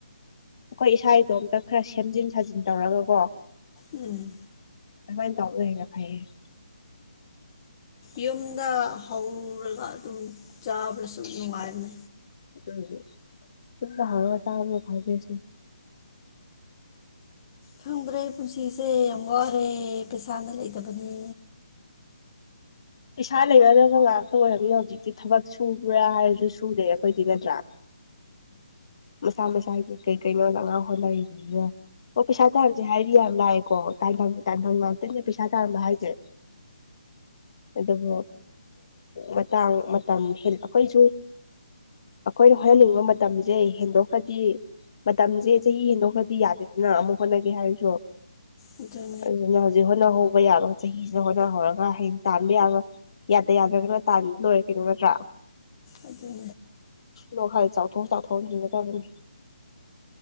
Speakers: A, on the left; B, on the left.
A: ꯑꯩꯈꯣꯏ ꯏꯁꯥ ꯏꯇꯣꯝꯇ ꯈꯔ ꯁꯦꯝꯖꯤꯟ ꯁꯥꯖꯤꯟ ꯇꯧꯔꯒꯀꯣ
B: ꯎꯝ
A: ꯑꯗꯨꯃꯥꯏꯅ ꯇꯥꯎꯕꯅꯥ ꯍ‌ꯦꯟꯅ ꯐꯩꯌꯦ
B: ꯌꯨꯝꯗ ꯍꯧꯔꯒ ꯑꯗꯨꯝ ꯆꯥꯕꯗꯁꯨ ꯅꯨꯡꯉꯥꯏꯕꯅꯦ
A: ꯎꯝ ꯌꯨꯝꯗ ꯍꯧꯔ ꯆꯥꯕꯅ ꯈ꯭ꯋꯥꯢ ꯕꯦꯁꯅꯤ
B: ꯈꯪꯗ꯭ꯔꯦ ꯄꯨꯟꯁꯤꯁꯦ ꯌꯥꯝ ꯋꯥꯔꯦ ꯄꯩꯁꯥꯅꯥ ꯂꯩꯇꯕꯅꯤ
A: ꯄꯩꯁꯥ ꯂꯩꯅꯗꯕ ꯉꯥꯛꯇ ꯑꯣꯏꯔꯝꯅꯤ ꯍꯧꯖꯤꯛꯇꯤ ꯊꯕꯛ ꯁꯨꯕ꯭ꯔꯥ ꯍꯥꯏꯔꯁꯨ ꯁꯨꯗꯦ ꯑꯩꯈꯣꯏꯗꯤ ꯅꯠꯇ꯭ꯔꯥ ꯃꯁꯥ ꯃꯁꯥꯒꯤ ꯀꯩ ꯀꯩꯅꯣ ꯅꯪꯅ ꯍꯣꯠꯅꯔꯤꯕꯅꯤꯅ ꯍꫭ ꯄꯩꯁꯥ ꯇꯥꯟꯁꯦ ꯍꯥꯏꯔꯤ ꯌꯥꯝ ꯂꯥꯛꯑꯦꯀꯣ ꯇꯥꯟꯐꯝ ꯇꯥꯟꯐꯝ ꯉꯥꯛꯇꯅꯦ ꯄꯩꯁꯥ ꯇꯥꯟꯕ ꯍꯥꯏꯁꯦ ꯑꯗꯨꯕꯨ ꯎ ꯃꯇꯥꯡ ꯃꯇꯝ ꯍ ꯑꯩꯈꯣꯏꯁꯨ ꯑꯩꯈꯣꯏꯅ ꯍꯣꯠꯅꯅꯤꯡꯕ ꯃꯇꯝꯁꯦ ꯍꯦꯟꯗꯣꯛꯈ꯭ꯔꯗꯤ ꯃꯇꯝꯁꯦ ꯆꯍꯤ ꯍꯦꯟꯗꯣꯛꯈ꯭ꯔꯗꯤ ꯌꯥꯗꯦꯗꯅ ꯑꯃꯨꯛ ꯍꯣꯠꯅꯒꯦ ꯍꯥꯏꯔꯁꯨ
B: ꯎ <unintelligible>
A: ꯑꯗꯨꯅ ꯍꯧꯖꯤꯛ ꯍꯣꯠꯅꯍꯧꯕ ꯌꯥꯕ ꯆꯍꯤꯁꯤꯗ ꯍꯣꯠꯅꯍꯧꯔꯒ ꯍꯌꯦꯡ ꯇꯥꯟꯕ ꯌꯥꯕ ꯌꯥꯗ ꯌꯥꯗ꯭ꯔꯒꯅ ꯇꯥꯟ ꯂꯣꯏꯔ ꯀꯩꯅꫭ ꯅꯠꯇ꯭ꯔꯥ
B: ꯑꯗꯨꯗ <unintelligible>
A: ꯋꯥꯈꯜ ꯆꯥꯎꯊꯣꯛ ꯆꯥꯎꯊꯣꯛꯅ ꯍꯤꯡꯕ ꯇꯝꯒꯗꯝꯅꯤ